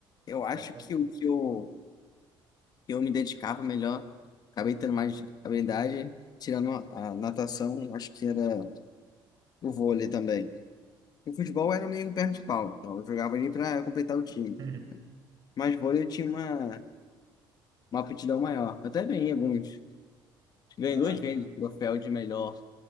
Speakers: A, on the left; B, on the right.
A: eu acho
B: Pode falar.
A: que o que eu eu me dedicava melhor, acabei tendo mais habilidade, tirando a natação, acho que era o vôlei também. O futebol era meio perna de pau, então eu jogava ali para completar o time.
B: <laughs>
A: Mas vôlei eu tinha uma, uma aptidão maior. Eu até ganhei alguns. Ganhei
B: Ah,
A: duas vezes o troféu de melhor